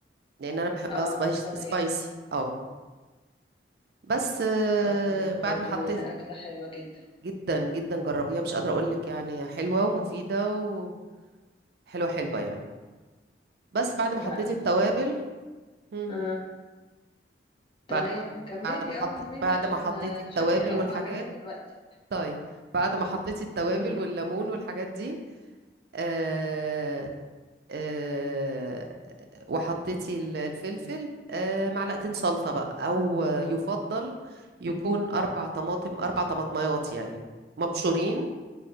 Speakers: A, on the right; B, on the left.
A: لان انا بحبها
B: اه
A: سبايس
B: تمام
A: سبايسي اه بس آه،
B: طب والله
A: بعد ما
B: دي
A: حطيتها
B: أكلة حلوة جدا
A: جدا جدا جربيها مش قادره اقول لك يعني حلوه ومفيده وحلوه حلوه يعني بس بعد
B: لا
A: ما حطيت
B: انا
A: التوابل مم،
B: اه تمام
A: بعد ما حط-
B: كملي
A: بعد ما حط
B: اه كملي
A: بعد
B: عشان
A: ما حطيت
B: آه،
A: التوابل
B: شكلي هقوم
A: والحاجات
B: اعملها دلوقتي
A: طيب بعد ما حطيت التوابل والليمون والحاجات دي آه، آه، وحطيتي ال- الفلفل آه، معلقتين صلصة بقى أو آه، يفضل يكون أربع طماطم أربع طماطميات يعني مبشورين